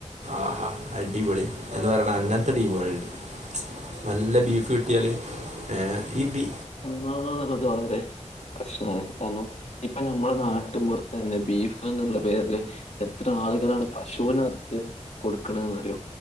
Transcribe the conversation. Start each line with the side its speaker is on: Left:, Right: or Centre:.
Right: ആഹാ അടിപൊളി എന്ന് പറയണ അങ്ങനത്തെ ടീമുകളുണ്ട് നല്ല ബീഫ് കിട്ടിയാല് ഈ ബീ
Left: നത് വളരെ പ്രശ്നമാണ് കാരണം ഇപ്പൊ നമ്മള നാട്ടി പുറത്തുതന്നെ ബീഫ് എന്നുള്ള പേരില് എത്ര ആളുകളാണ് പശുവിനറത്ത് കൊടുക്കണന്ന്റിയോ